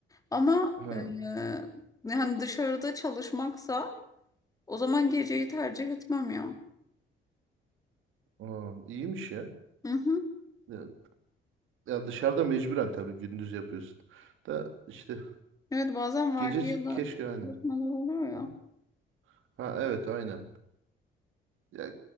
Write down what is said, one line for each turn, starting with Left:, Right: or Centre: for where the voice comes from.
Left: Ama
Right: Ha,
Left: eee yani dışarıda çalışmaksa o zaman geceyi tercih etmem ya.
Right: aa, iyiymiş ya.
Left: Hı hı.
Right: Ya, ya dışarıda mecburen tabii gündüz yapıyorsun. Da işte
Left: Evet bazen vardiyalı
Right: gece keşke aynen.
Left: çalışmalar oluyor ya.
Right: Ha, ha, evet aynen. Ya